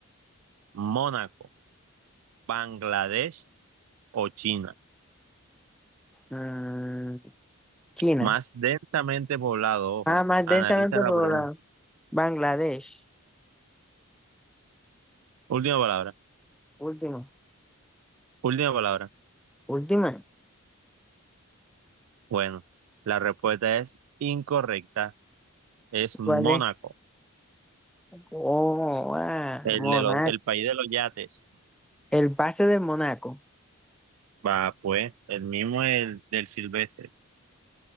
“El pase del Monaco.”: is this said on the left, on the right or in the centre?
Centre